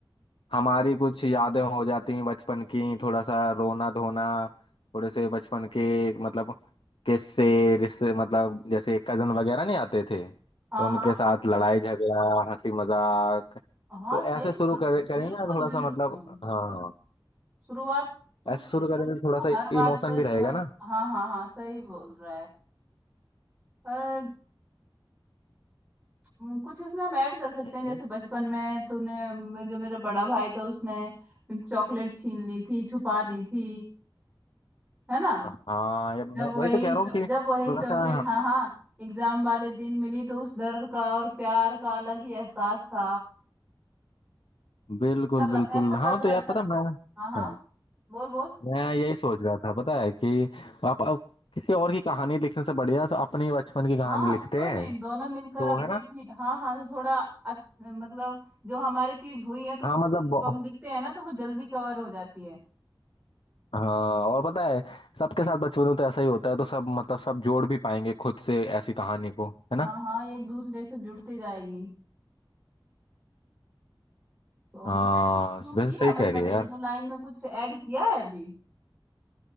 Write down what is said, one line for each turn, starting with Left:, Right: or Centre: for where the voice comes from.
Left: हमारी कुछ यादें हो जाती हैं बचपन की थोड़ा सा रोना धोना थोड़े से बचपन के मतलब किस्से रिश्ते मतलब जैसे कजन वगैरह नहीं आते थे
Right: हाँ
Left: उनके
Right: हाँ
Left: साथ लड़ाई झगड़ा हंसी मजाक
Right: हाँ
Left: तो
Right: सही
Left: ऐसे शुरू
Right: बोल रहा
Left: करे-
Right: है
Left: करेंगे
Right: बिल्कुल
Left: ना थोड़ा
Right: बिल्कुल
Left: सा मतलब हाँ
Right: शुरुआत तू
Left: ऐसे
Right: कर
Left: शुरू
Right: क्योंकि
Left: करेंगे तो
Right: तू
Left: थोड़ा सा
Right: हर बात
Left: इमोशन
Right: पर
Left: भी रहेगा
Right: हर
Left: ना
Right: हाँ हाँ हाँ सही बोल रहा है पर म, कुछ इसमें हम ऐड कर सकते
Left: हम्म।
Right: हैं जैसे बचपन में तूने मे- जो मेरा बड़ा भाई था उसने चॉकलेट छीन ली थी छुपा दी थी है ना
Left: हाँ ये मैं-
Right: जब वही
Left: वही तो कह रहा
Right: चॉ-
Left: हूँ कि
Right: जब
Left: थोड़ा
Right: वही चॉकलेट
Left: सा
Right: हाँ हाँ एग्जाम वाले दिन मिली तो उस दर्द का और प्यार का अलग ही एहसास था
Left: बिल्कुल
Right: ऐसा ल-
Left: बिल्कुल
Right: ऐसा
Left: हाँ
Right: लग
Left: तो
Right: रहा
Left: यार
Right: था
Left: पता मैं
Right: हाँ हाँ
Left: हाँ
Right: बोल बोल
Left: मैं यही सोच रहा था पता है कि आप अब किसी और की कहानी लिखने से बढ़िया तो अपने बचपन की कहानी
Right: हाँ
Left: लिखते
Right: क्यों
Left: हैं
Right: नहीं दोनों मिलकर
Left: तो
Right: अपनी
Left: है
Right: अपनी
Left: ना
Right: हाँ हाँ तो थोड़ा अच- मतलब जो हमारी चीज हुई है तो
Left: हाँ
Right: उस
Left: मतलब
Right: चीज
Left: बहु-
Right: को हम लिखते हैं ना तो वो जल्दी कवर हो जाती है
Left: हाँ और पता है सबके साथ बचपन में तो ऐसा ही होता है तो सब मतलब सब जोड़ भी पाएंगे खुद से ऐसी कहानी को है
Right: हाँ
Left: ना
Right: हाँ एक दूसरे से जुड़ती जाएगी तो
Left: हाँ
Right: तूने कुछ शुरू की
Left: वैसे सही
Right: है मतलब
Left: कह रही है यार
Right: एक दो लाइन में कुछ ऐड किया है अभी